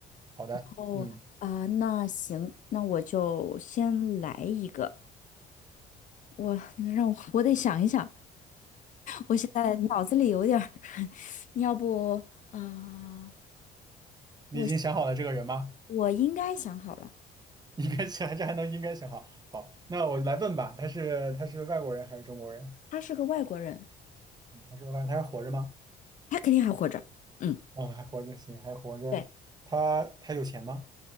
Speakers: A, on the right; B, on the left.
A: 好的，
B: 哦啊、
A: 嗯，
B: 那行，那我就先来一个。我让我我得想一想，我现在脑子里有点儿，<laughs> 你要不啊、
A: 你已经想好了这个人吗？
B: 我我应该想好了，
A: <laughs> 应该想，这还能应该想好。好，那我来问吧，他是他是外国人还是中国人？
B: 他是个外国人，
A: 他是个外，他还活着吗？
B: 他肯定还活着。嗯，
A: 哦，还活着，行，还活着。
B: 对。
A: 他他有钱吗？